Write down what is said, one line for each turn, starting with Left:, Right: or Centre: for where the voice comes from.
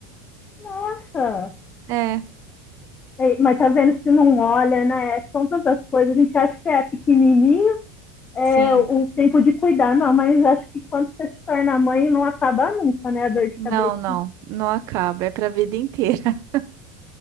Left: Nossa!
Right: É.
Left: Mas tá vendo se não olha, né? São tantas coisas. A gente acha que é pequenininho, é
Right: Sim.
Left: o tempo de cuidar. Não, mas acho que quando você se torna mãe, não acaba nunca, né? A dor de
Right: Não,
Left: cabeça.
Right: não, não acaba, é pra vida inteira. <laughs>